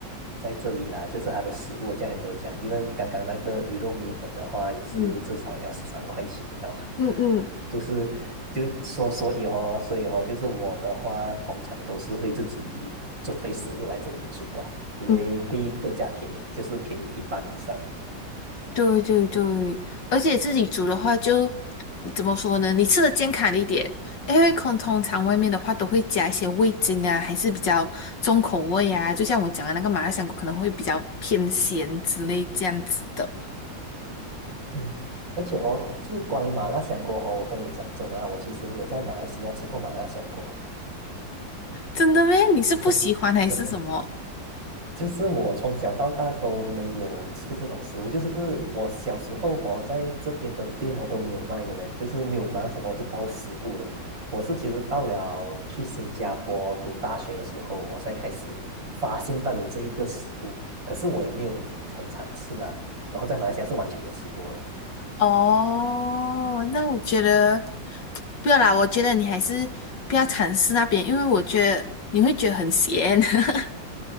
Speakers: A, on the right; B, on the left.
A: 在这里啦，就是它的食物价钱都是这样，因为刚刚那个鱼肉米粉的话，也是至少也要十三块起跳，
B: 嗯。嗯嗯，
A: <laughs> 就是就说所以哦，所以哦，就是我的话，通常都是会自己准备食物来这里煮啊，因为会更加便宜，
B: 嗯，
A: 就是便宜一半以上。
B: 对对对，而且自己煮的话就，你怎么说呢？你吃的健康一点，因为可能通常外面的话都会加一些味精啊，还是比较重口味啊。就像我讲的那个麻辣香锅，可能会比较偏咸之类这样子的。
A: 嗯，而且哦，就是关于麻辣香锅哦，我跟你讲真的啊，我其实没有在马来西亚吃过麻辣香锅。
B: 真的咩？
A: <laughs>
B: 你是不喜欢还是什么？
A: 真真的，就是我从小到大都没有吃这种食物，就是我小时候哦，在这边的店哦都没有卖的嘞，就是没有马来西亚我这道食物的。我是其实到了去新加坡读大学的时候，我才开始发现到有这一个食物，可是我也没有很常吃的，然后在马来西亚是完全没有吃过的。
B: 哦，那我觉得不要啦，我觉得你还是不要尝试那边，因为我觉得你会觉得很咸。<laughs>